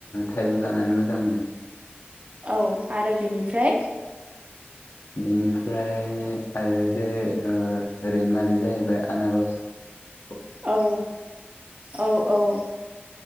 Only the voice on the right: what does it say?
औ आरो बेनिफ्राय
औ औ औ